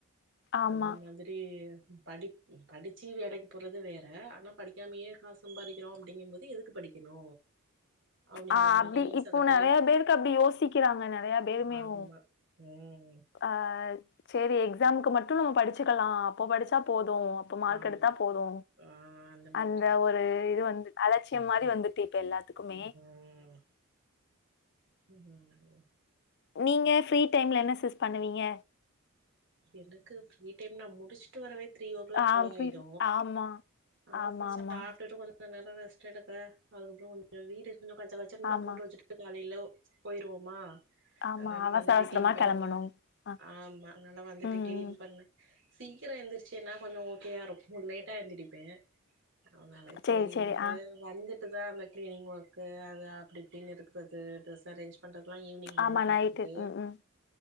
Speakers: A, on the left; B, on the right.
A: ஆமா.
B: அந்த மாதிரி ம் படி ம் படிச்சு வேலைக்கு போறது வே ற ஆனா படிக்காமயே காசு சம்பாரிக்கிறோ அப்டிங்கும் போது எதுக்கு படிக்கணு அப்டிங்கிற
A: ஆ
B: மாரியே
A: அப்டி இப்போ
B: சில பேரு
A: நெறைய பேருக்கு அப்டி யோசிக்கிறாங்க நெறையா பேருமேவு
B: ஆமா ம்
A: ஆ செரி எக்ஸாமுக்கு மட்டு நம்ம படிச்சுக்கலா அப்போ படிச்சா போ து அப்ப மார்க்
B: ஆமா
A: எடுத்தா போது
B: ஆ மாதிரி
A: அந்த
B: இருக்கறா
A: ஒரு இது வந்து அலட்சி யோ மாரி வந்துட்டு இப்ப எல்லாத்துக்குமே.
B: ம் ம் ம் ம் ம்
A: நீங்க ஃப்ரீ டைம்ல என்ன சிஸ் பண்ணுவீங்க
B: எனக்கு ஃப்ரீ டைம் நா முடிச்சுட்டு வரவே த்ரீ ஓ கிளாக்
A: ஆ
B: போல
A: ஃப்ரீ
B: ஆயிடு
A: ஆமா.
B: அங்க
A: ஆமாமா.
B: போய் சாப்டுட்டு கொஞ்சோ நா நல்லா ரெஸ்ட் எடுக்க அதுக்கப்புறோ கொஞ்ச வீடு ன் கச்சக்கச்சதா
A: ஆமா.
B: போட்டு வச்சுட்டு காலையில போயிருவோமா
A: ஆமா.
B: அனன
A: அவசர
B: வந்துட்டு
A: அவசரமா
B: கிளீன் பண்ணே
A: கெளம்பணும். அ.
B: ஆமா னால வந்துட்டு
A: ம்,
B: கிளீன்
A: ம்.
B: பண்ண சீக்கிரோ எழுந்திருச்சின்னா கொஞ்ச ஓகேயா இருக்கு லேட்டா எழுந்திரிப்பே அவனலே சேரிண்டு
A: சரி, சரி. ஆ.
B: வந்து ட்டுதா அந்த கிளீன் ஒர்க் அது அப்பிடி இப்பிடின்னு இருக்கிறது டிரஸ் அரேஞ்ச் பண்ற லா ஈவினிங்
A: ஆமா
B: மேல பாத்துக்கிட்டு்
A: நைட்டு ம் ம்